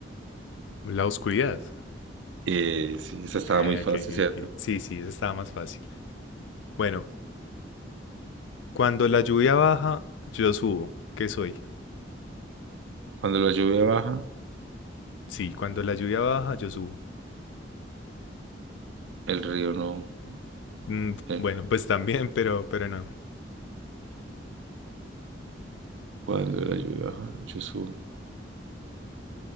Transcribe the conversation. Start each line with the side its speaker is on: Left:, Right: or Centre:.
Left: La oscuridad.
Right: Eh, sí, esa estaba
Left: Eh,
Right: muy fácil,
Left: ok, ok,
Right: ¿cierto?
Left: ok. Sí, sí, esa estaba más fácil. Bueno, cuando la lluvia baja, yo subo. ¿Qué soy?
Right: Cuando la lluvia baja,
Left: Sí, cuando la lluvia baja, yo subo.
Right: El río no.
Left: Mm,
Right: eh,
Left: bueno, pues también, <laughs> pero, pero no.
Right: cuando la lluvia baja, yo subo.